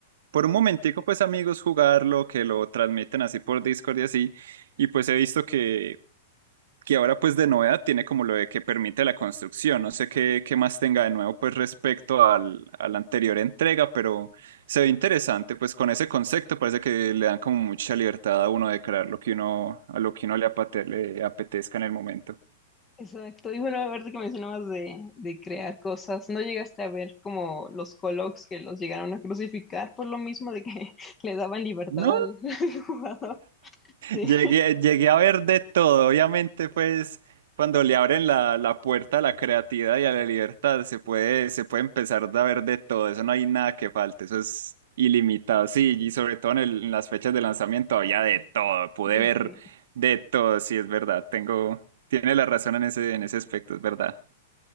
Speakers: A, on the right; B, on the left.
A: por un momentico, pues, amigos jugarlo, que lo transmiten así por Discord y así, y pues he visto que que ahora pues de novedad tiene como lo de que permite la construcción. No sé qué, qué más tenga de nuevo pues respecto al, a la anterior entrega, pero se ve interesante pues con ese concepto parece que le dan como mucha libertad a uno de crear lo que uno, a lo que uno le, apate- le apetezca en el momento.
B: exacto. Y bueno, ahorita que mencionabas de, de crear cosas, ¿no llegaste a ver como los Koloks que los llegaron a crucificar por lo mismo de que <laughs> le daban libertad
A: No,
B: al <laughs> al jugador? Sí,
A: Llegué, llegué a ver de todo, obviamente, pues cuando le abren la, la puerta a la creatividad y a la libertad, se puede, se puede empezar a ver de todo, eso no hay nada que falte, eso es ilimitado, sí, y sobre todo en, el- en las fechas de lanzamiento había de todo, pude
B: <laughs>
A: ver
B: sí.
A: de todo, sí, es verdad, tengo, tiene la razón en ese, en ese aspecto, es verdad.